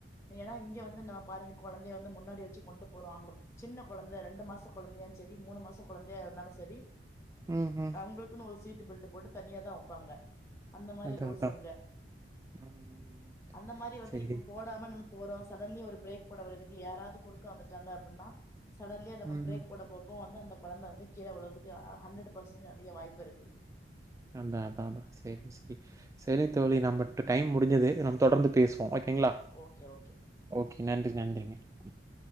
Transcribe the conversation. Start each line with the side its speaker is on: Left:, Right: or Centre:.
Left: ஏனா இங்க வந்து நா‌ பாருங்க கொழந்தைய வந்து முன்னாடி வெச்சு கொண்டு போறோ அங்க சின்ன கொழந்த ரெண்டு மாச கொழந்தையான் செரி மூணு மாச கொழந்தையா இருந்தாலு செரி
Right: ம் ம்
Left: உங்களுக்குன்னு ஒரு சீட்டு பெல்ட்ட போட்டு தனியா தா வப்பாங்க அந்த மாரி
Right: அதான்
Left: ரூல்ஸ்
Right: அதான்
Left: அங்க
Right: ம்
Left: அந்த மாரி வந்து
Right: சரி
Left: இப்ப போடாம நம்ம போறோ சடன்லி ஒரு பிரேக் போட வரதுக்கு யாராவ்து குறுக்க வந்துட்டாங்க அப்பிட்ணா சடன்லியா அந்த நா
Right: ம்
Left: பிரேக் போட பாப்போ வந்து அந்த கொழந்த வந்து கீழ வுழற்துக்கு ஆ ஹன்ரடு பர்சன்ட் அதிக வாய்ப்பு இருக்கு
Right: அந்த அதா அதா சேரி சேரி செரி தோழி நம்மட் டைம் முடிஞ்சது நம்ம தொடர்ந்து பேசுவோ ஓகேங்ளா
Left: ஓகே ஓகே
Right: ஓகே நன்றி நன்றிங்க
Left: நன்றி